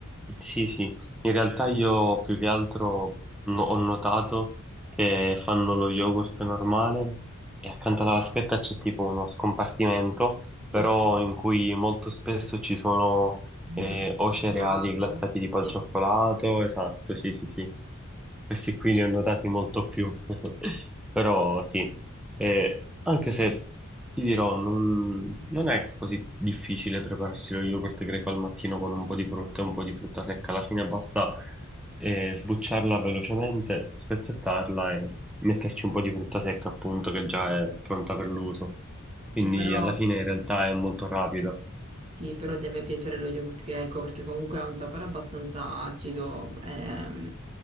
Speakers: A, in the centre; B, on the right.
A: Sì, sì, in realtà io più che altro no- ho notato che fanno lo yogurt normale e accanto alla vaschetta c'è tipo uno scompartimento, però
B: sì, sì.
A: in cui molto spesso ci sono
B: Mm,
A: eh, o
B: cioccolato,
A: cereali glassati tipo
B: sì.
A: al cioccolato, esatto, sì, sì, sì, questi qui li ho notati molto più, <laughs> però sì, Eh, anche se ti dirò, non, non è così difficile prepararsi lo yogurt greco al mattino con un po' di frutta e un po' di frutta secca. Alla fine basta eh, sbucciarla velocemente, spezzettarla e metterci un po' di frutta secca, appunto, che già è pronta per l'uso.
B: Sì,
A: Quindi
B: però,
A: alla fine in realtà è molto rapido.
B: sì, però deve piacere lo yogurt greco perché comunque ha un sapore abbastanza acido, ehm,